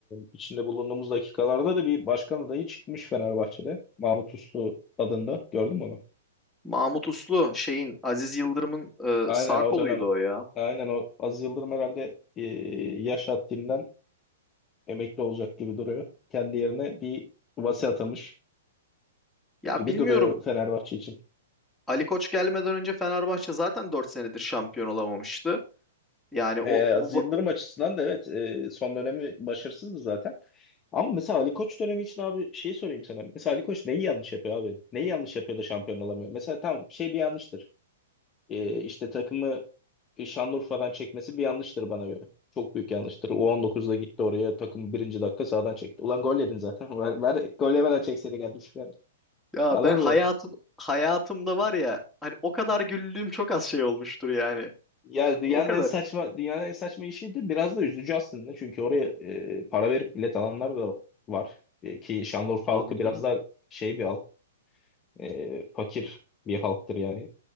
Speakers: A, on the left; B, in the centre.
A: içinde bulunduğumuz dakikalarda da bir başkan adayı çıkmış Fenerbahçe'de. Mahmut Uslu adında. Gördün mü onu?
B: Mahmut Uslu şeyin Aziz Yıldırım'ın e,
A: Aynen
B: sağ
A: o
B: koluydu
A: dönem
B: o ya.
A: aynen o Aziz Yıldırım herhalde e, yaş haddinden emekli olacak gibi duruyor. Kendi yerine bir Vase atamış
B: Ya
A: gibi
B: bilmiyorum
A: duruyor Fenerbahçe için.
B: Ali Koç gelmeden önce Fenerbahçe zaten 4 senedir şampiyon olamamıştı. Yani
A: Ee,
B: o bu
A: Aziz
B: bu-
A: Yıldırım açısından da evet e, son dönemi başarısızdı zaten. Ama mesela Ali Koç dönemi için abi şeyi sorayım sana. Mesela Ali Koç neyi yanlış yapıyor abi? Neyi yanlış yapıyor da şampiyon olamıyor? Mesela tamam şey bir yanlıştır. Ee, işte takımı Şanlıurfa'dan çekmesi bir yanlıştır bana göre. Çok büyük yanlıştır. U19'da gitti oraya takım birinci dakika sağdan çekti. Ulan gol yedin zaten. <laughs> Ver, ver, gol yemeden çekseydi kardeşim. Yani.
B: ya
A: Anladın
B: ben hayatım
A: mı?
B: hayatımda var ya hani o kadar güldüğüm çok az şey olmuştur yani.
A: Yani
B: <laughs>
A: dünyanın
B: O kadar.
A: en saçma dünyanın en saçma işiydi. Biraz da üzücü aslında. Çünkü oraya e, para verip bilet alanlar da var. E, ki Şanlıurfa
B: Tabii
A: halkı
B: canım.
A: biraz da şey bir halk. e, fakir bir halktır yani.